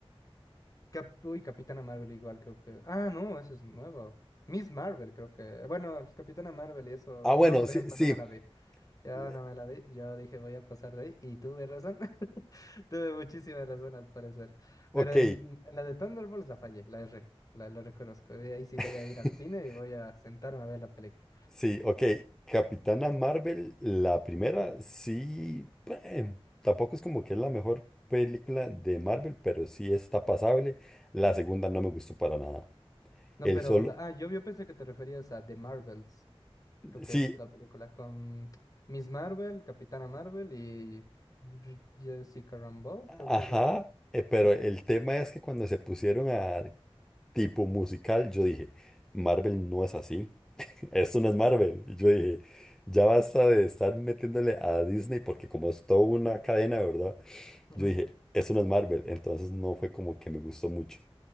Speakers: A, on the left (about 35°); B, in the centre.
A: Cap- Uy, Capitana Marvel igual creo que... Ah, no, eso es nuevo. Miss Marvel creo que... Bueno, Capitana Marvel y eso,
B: Ah,
A: yo
B: bueno,
A: por
B: sí,
A: ejemplo
B: sí.
A: no me la vi. Yo
B: Le-
A: no me la vi, yo dije voy a pasar de ahí y tuve razón, <laughs> tuve muchísima razón al parecer,
B: Ok,
A: pero en, en la de Thunderbolts la fallé, la R, la, lo reconozco, de ahí sí voy
B: <laughs>
A: a ir al cine y voy a sentarme a ver la película.
B: sí, ok. Capitana Marvel, la primera, sí. eh, tampoco es como que es la mejor película de Marvel, pero sí está pasable. La segunda no me gustó para nada.
A: No,
B: El
A: pero,
B: solo.
A: la- ah, yo, yo pensé que te referías a The Marvels, creo
B: Sí,
A: que es la película con Miss Marvel, Capitana Marvel y R- Jessica Rambeau,
B: Ajá,
A: creo que es la otra,
B: eh, pero
A: sí, sí.
B: el tema es que cuando se pusieron a tipo musical, yo dije, Marvel no es así, <laughs> esto no es Marvel. Y yo dije, ya basta de estar metiéndole a Disney porque como es toda una cadena, ¿verdad?
A: Ujú.
B: Yo dije, esto no es Marvel, entonces no fue como que me gustó mucho,